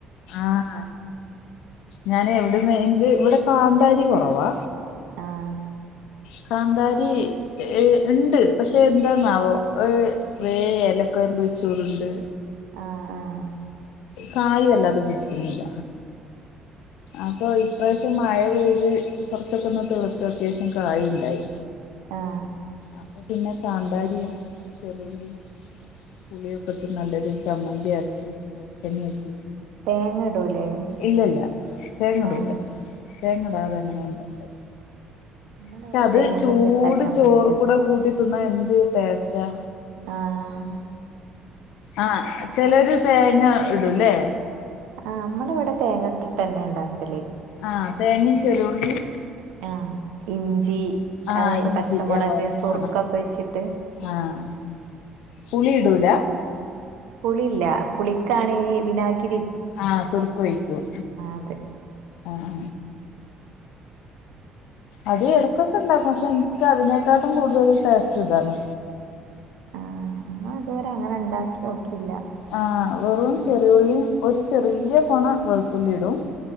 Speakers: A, on the left; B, on the right.
A: ആഹ ഞാൻ എവിട്ന്ന് എന്ത് ഇവടെ കാന്താരി കുറവാ
B: ആഹ്
A: കാന്താരി ഏ ഉണ്ട് പക്ഷെ, എന്താന്നാവോ. ഏ.. വേഎല റ <unintelligible> ചുരുണ്ട്
B: ആഹ് ആഹ്
A: കായ് വല്ലാതെ പിടിക്കുന്നില്ല. അപ്പൊ ഇപ്രാവശ്യം മഴ പെയ്ത് കുറച്ചൊക്കെന്ന് തിളിർത്ത് അത്യാവശ്യം കായിണ്ടായി.
B: ആഹ്
A: അപ്പൊ പിന്നെ കാന്താരിയും ചെറുള്ളിം. പുളിയൊക്ക ടുത്ത് നല്ലെര് ചമ്മന്തിയര്ച്ച് വെൾച്ചെണ്ണറ്റിച്
B: തേങ്ങ ഇടൂലേ
A: ഇല്ലല്ല തേങ്ങടൂല
B: ആഹ്
A: തേങ്ങടാതെ ങ്ങനെല്ല ആ
B: നമ്മളിവിടെ
A: പക്ഷെ അത്
B: തേങ്ങ
A: ചൂട്,
B: ഇട്ടിട്ടാ ചമ്മന്തി
A: ചോറ്,
B: ആക്ക
A: കൂടെ കൂട്ടി തിന്നാ എന്തുടേസ്റ്റാ.
B: ആഹ്...
A: ആഹ് ചെലര് തേങ്ങ ഇടുലെ
B: ആ നമ്മളെ ഇവിടെ തേങ്ങ ഇട്ട്ട്ടന്നെ ണ്ടാക്കല്
A: ആഹ തേങ്ങിം ചെറിയോള്ളിം
B: ആഹ ഇഞ്ചി,
A: ആഹ്
B: അത്
A: ഇഞ്ചി
B: പച്ചമുളക്
A: ഓ ആഹ്
B: സുർുക്കൊക്കെ
A: ആഹ്
B: ഒഴിച്ചിട്ട്
A: ആഹ് പുളി ഇടൂല.
B: പുളില്ല പുളിക്കാണ്.. വിനാഗി
A: ആഹ സുറുക്ക ഴിക്കും.
B: അത്
A: ആഹാ... അത് എടക്കൊക്കെ ഇണ്ടാക്കും. പക്ഷെ ഇൻക്ക് അതിനേക്കാട്ടും കൂടുതൽ ടേസ്റ്റ് ഇതാണ്.
B: ആഹ.. അമ്മ ഇതവരെ അങ്ങനെ ഉണ്ടാക്കി നോക്കിയില്ല
A: ആഹ വെറും ചെറിയുള്ളിയും ഒരു ചെറിയ പൊണ വെളുത്തുള്ളി ടും